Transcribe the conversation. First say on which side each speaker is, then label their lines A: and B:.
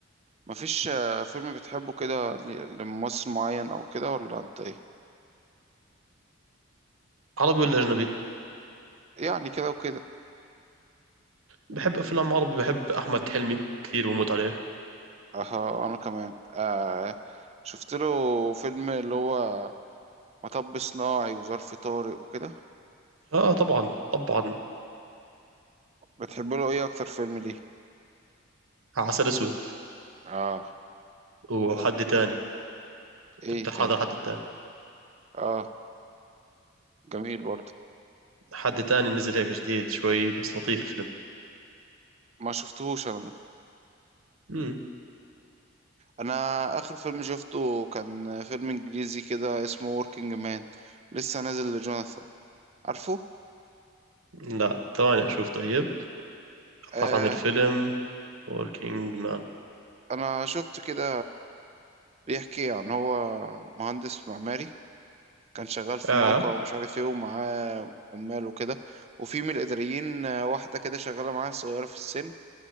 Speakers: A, on the right; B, on the right.
A: مفيش آه، فيلم بتحبه كده ل- لممثل معين او كده ولا انت ايه
B: عربي ولا اجنبي
A: يعني كده وكده
B: بحب افلام عربي بحب احمد حلمي كثير بموت عليه
A: اه انا كمان آه شفت له فيلم اللي هو مطب صناعي وظرف طارق وكده
B: اه طبعا طبعا
A: بتحب له ايه اكتر فيلم ليه
B: عسل اسود
A: اه
B: وحد
A: حلو
B: تاني
A: ايه
B: بتاع
A: تاني
B: هذا حد تاني
A: اه جميل برضه
B: حد تاني نزل هيك جديد شوي بس لطيف الفيلم
A: ما شفتهوش انا ده
B: مم.
A: انا اخر فيلم شفته كان فيلم انجليزي كده اسمه Working Man لسه نازل لجوناثان عارفه
B: لا ثواني اشوف طيب ابحث
A: آه
B: عن الفيلم وركينج مان
A: انا شفت كده بيحكي عن هو مهندس معماري كان شغال في
B: اه
A: موقع ومش عارف ايه ومعاه عمال وكده وفي من الإداريين آه، واحدة كده شغالة معاه صغيرة في السن